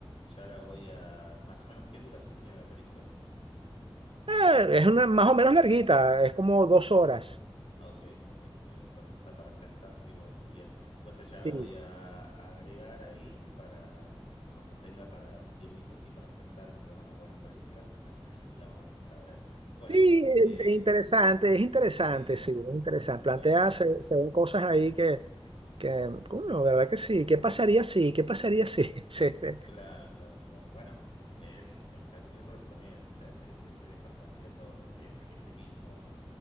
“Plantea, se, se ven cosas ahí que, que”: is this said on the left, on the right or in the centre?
Right